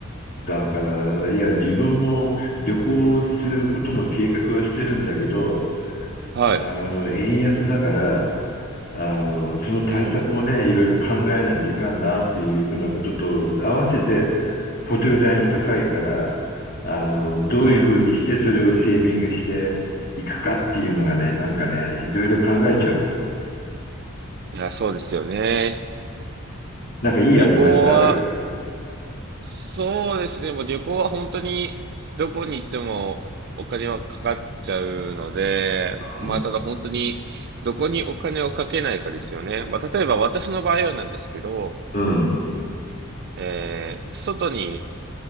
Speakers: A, on the left (about 45°); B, on the right (about 50°).
A: だから、いや、自分も旅行することも計画はしてるんだけど、
B: はい。
A: あの、円安だから、あの、その対策もね、
B: うん。
A: いろいろ考えないといかんなっていうふうなことと、合わせてホテル代も高いから、あの、どういうふうにしてそれをセービングしていくかっていうのがね、
B: うん。
A: なんかね、いろいろ考えちゃうわ。
B: いや、そうですよね。
A: なんかいいアドバイスある
B: 旅行は、そうですね。でもう旅行は本当にどこに行ってもお金はかかっちゃうので、まあただ本当にどこにお金をかけないかですよね。
A: うん。
B: まあ例えば私の場合はなんですけど、
A: うん。
B: えー外に